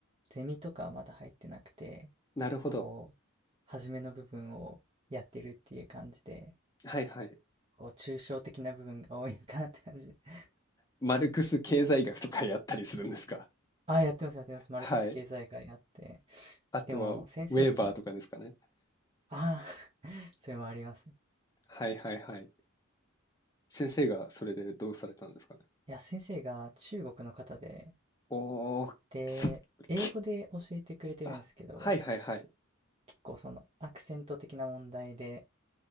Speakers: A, on the right (about 25°); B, on the left (about 15°).
A: ゼミとかはまだ入ってなくて、
B: なるほど。
A: こう、初めの部分をやってるっていう感じで、
B: はいはい。
A: こう、抽象的な部分が多いのかなって感じ。<laughs>
B: マルクス経済学とかやったりするんですか。
A: あ、やってます、やってます。マルクス経済学やって。
B: <laughs> はい。あとは、
A: でも、
B: ウェーバーとかですかね。
A: 先生が、ああ <laughs> それもあります。い
B: はいはいはい。先生がそれでどうされたんですかね。
A: や、先生が中国の方で、
B: おー、
A: で、
B: そ、
A: 英語で教えてくれてるんですけど、
B: けあ、はいはいはい。
A: 結構そのアクセント的な問題で